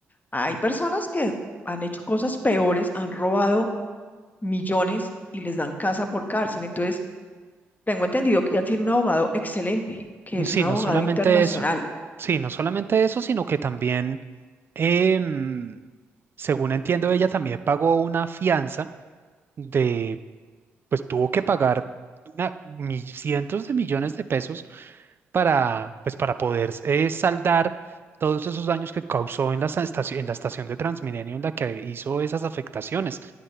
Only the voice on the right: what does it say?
Sí,
no solamente
eso. Sí, no solamente eso, sino que también, em, según entiendo, ella también pagó una fianza de, pues tuvo que pagar una, mi- cientos de millones de pesos para, pues, para poder eh, saldar todos esos daños que causó en la estación, en la estación de Transmilenio en la que hizo esas afectaciones.